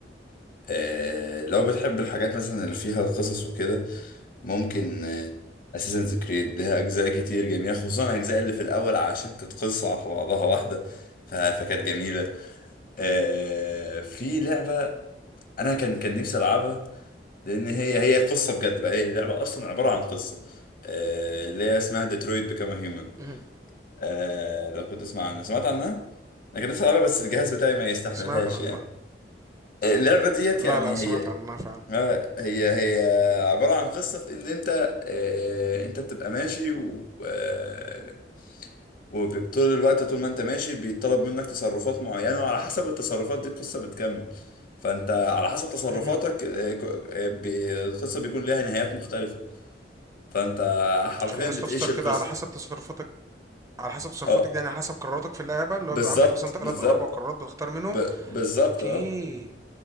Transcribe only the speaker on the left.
أه لو بتحب الحاجات مثلا اللي فيها القصص وكده ممكن اساسنز كريد ليها اجزاء كتير جميلة خصوصا الاجزاء اللي في الاول عشان كانت قصة على بعضها واحدة ف- فكانت جميلة أه في لعبة انا كان كان نفسي العبها لان هي هي قصة بجد بقى هي اللعبة اصلا عبارة عن قصة أه اللي هي اسمها ديترويت بيكام هيومن
آه لو كنت تسمع عنها سمعت عنها انا كان نفسي العبها بس الجهاز بتاعي ما يستحملهاش
يعني آه، اللعبه ديت
يعني
هي
آه، هي هي عباره عن قصه في ان انت آه، انت بتبقى ماشي و آه، وطول الوقت طول ما انت ماشي بيطلب منك تصرفات معينة وعلى حسب التصرفات دي القصة بتكمل فانت على حسب تصرفاتك
آه، ك- آه، بي- القصة بيكون لها نهايات مختلفة فانت حرفيا
بتعيش
القصة
اه
بالظبط
بالظبط
ب... بالظبط
اه